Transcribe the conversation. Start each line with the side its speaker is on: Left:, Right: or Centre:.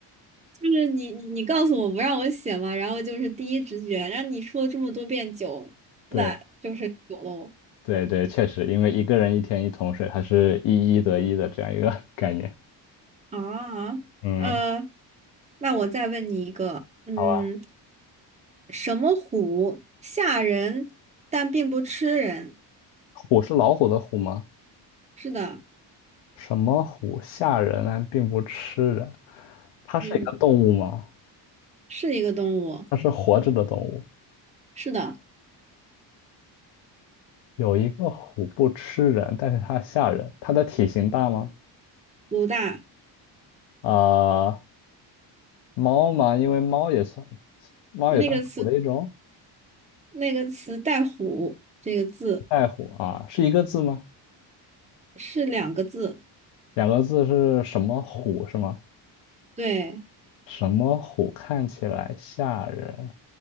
Right: 就是你你你告诉我不让我写嘛，然后就是第一直觉，让你说了这么多遍九，
Left: <laughs> 对
Right: 那就是九喽。
Left: 对对，确实，因为一个人一天一桶水，它是一一得一的这样一个 <laughs> 概念。
Right: 啊，啊呃，
Left: 嗯，
Right: 那我再问你一个，嗯。
Left: 好吧，
Right: 什么虎吓人，但并不吃人。
Left: 虎是老虎的虎吗？
Right: 是的，
Left: 什么虎吓人但并不吃人？它是一个动物吗？
Right: 嗯，是一个动物。
Left: 它是活着的动物。
Right: 是的，
Left: 有一个虎不吃人，但是它吓人。它的体型大吗？
Right: 鲁大
Left: 呃，猫吗？因为猫也算猫也算是虎的一种。
Right: 那个词，那个词带“虎”这个字
Left: 爱虎啊，是一个字吗？
Right: 是两个字。
Left: 两个字是什么虎是吗？
Right: 对，
Left: 什么虎看起来吓人，